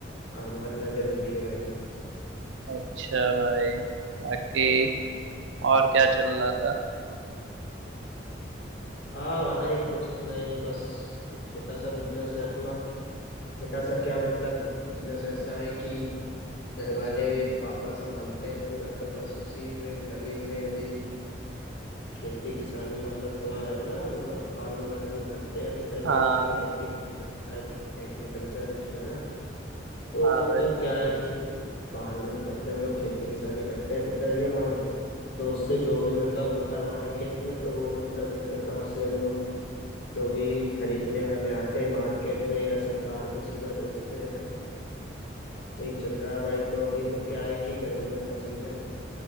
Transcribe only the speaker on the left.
काम करना जरूरी है भाई
हाँ भाई कुछ नहीं बस एक छोटा सा बिजनेस है अपना छोटा सा क्या मतलब बिजनेस ऐसा है कि घर वाले पापा संभालते हैं पूरा तो बस उसी में लगे हुए हैं अभी खेती किसानी वाला थोड़ा है ना मतलब फार्मिंग वार्मिंग करते हैं पिताजी
हमारे एग्रीकल्चर एग्रीकल्चरिस्ट है ना तो
मतलब
क्या है कि फार्मिंग करते हैं हम लोग खेती किसानी करते हैं पिताजी हमारे तो उससे जो भी मतलब होता है हमारे खेत में तो वो मतलब एक प्रकार से हम लोग जो भी खरीदने वाले आते हैं मार्केट में या सरकार को सीधा बेचते हैं भाई वही चल रहा है भाई तो अभी तो क्या है कि गर्मियों का सीजन है